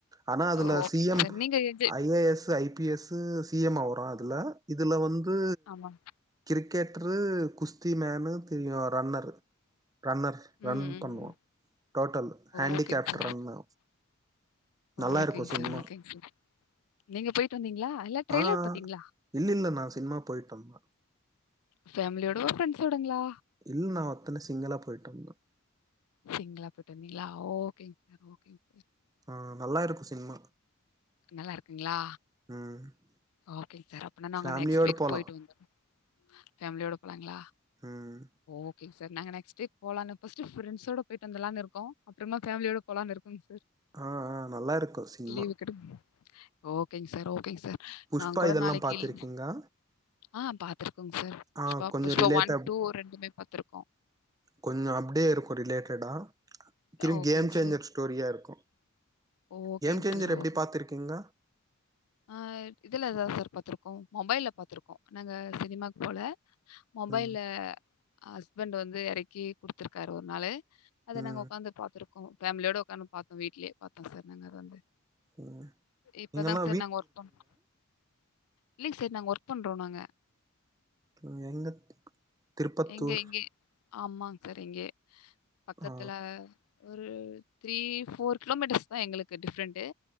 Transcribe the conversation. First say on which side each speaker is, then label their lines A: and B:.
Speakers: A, on the right; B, on the left.
A: ஆனா அதுல
B: ஓ ஓகேங்க
A: சி எம்
B: சார். நீங்க எது
A: I A S I P S து சி எம் ஆ வரு அதுல இதுல வந்து
B: ஆமா.
A: கிரிக்கெட்ரு குஸ்தி மேனு தெரியு ரன்னரு ரன்னர் ரன்
B: ம், ம்,
A: பண்ணுவோ
B: ம்.
A: டோட்டல் ஹேண்டிகேப்ரு
B: ஓகேங்க சார்.
A: ரன்னு நல்லா
B: ஓகேங்க
A: இருக்கு சின்மா
B: சார், ஓகேங்க நீங்க போயிட்டு வந்தீங்களா இல்ல ட்ரெய்லர்
A: ஆ
B: பாத்தீங்களா
A: இல்ல இல்ல நா சினிமா போய்ட்டுவந்தே
B: ஃபேமிலியோடவா ஃப்ரண்ட்ஸோடங்களா
A: இல்ல நா ஒத்தனா சிங்களா போய்ட்டு வந்தே
B: சிங்களா போய்ட்டு வந்தீங்களா ஓகேங் சார் ஓகேங் சார்
A: ஆ நல்லா இருக்கு சின்மா
B: நல்லா இருக்குங்களா
A: ம்
B: ஓகேங் சார் அப்பனா நாங்க
A: ஃபேமிலியோட
B: நெக்ஸ்ட் வீக்
A: போலாம்
B: போயிட்டு வந்துர்றோ ஃபேமிலியோட போலாங்களா
A: ம்
B: ஓகேங் சார் நாங்க நெக்ஸ்டிரிப் போலானு ஃபஸ்ட்டு ஃப்ரண்ட்ஸோட போயிட்டு வந்தலானு இருக்கோ அப்பறமா ஃபேமிலியோட போலான்னு இருக்கோங் சார்
A: ஆ ஆ நல்லா இருக்கும் சினிமா
B: லீவுகெடும் ஓகேங் சார் ஓகேங் சார்
A: புஷ்பா
B: நாங்கூட
A: இதெல்லாம்
B: நாளக்கி
A: பாத்திருக்கீங்களா
B: லீ ஆ பாத்துருக்கோங் சார்
A: ஆ
B: புஷ்பா
A: கொஞ்சம்
B: புஷ்பா
A: ரிலேட்டா
B: ஒன் டூ ரெண்டுமே பாத்துருக்கோ
A: கொஞ்சோ அப்டியே இருக்கு ரிலேடடா திருக்
B: ஓகேங்க
A: கேம் சேஞ்சர்
B: சார்.
A: ஸ்டோரியா இருக்கு
B: ஓகேங்க
A: கேம் Changer
B: சார்.
A: எப்டி
B: okay.
A: பாத்திருக்கீங்க
B: ஆ இதுல தா சார் பாத்துருக்கோ மொபைல்ல பாத்துருக்கோ நாங்க சினிமாக் போல மொபைல்ல
A: ம்
B: ஹஸ்பண்ட் வந்து எறக்கி குடுத்துருக்காரு ஒரு நாளு அத
A: ம்
B: நாங்க உக்காந்து பாத்துருக்கோ ஃபேமிலியோட உக்காந்து பாத்தோ வீ்ட்லயே பாத்தோ சார் நாங்க அத வந்து
A: ம்
B: இப்பதான்
A: இங்கல்லா
B: சார் நாங்க ஒர்க் பண்றோ இல்லைங் சார் நாங்க ஒர்க் பண்றோ நாங்க
A: ம் எங்க திருப்பத்தூர்
B: எங்க இங்கயே ஆமாங் சார் இங்கயே பக்கத்துல
A: ஆ
B: ஒரு த்ரீ ஃபோர் கிலோமீட்டர்ஸ் தா எங்களுக்கு டிஃப்ரண்ட்டு